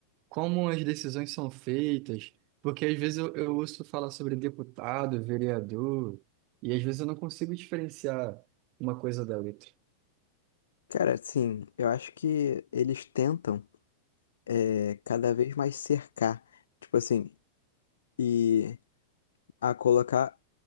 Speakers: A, on the right; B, on the left.
A: como as decisões são feitas, porque às vezes eu, eu ouço falar sobre deputado, vereador, e às vezes eu não consigo diferenciar uma coisa da outra.
B: Cara, assim, eu acho que eles tentam é, cada vez mais cercar, tipo assim, e a colocar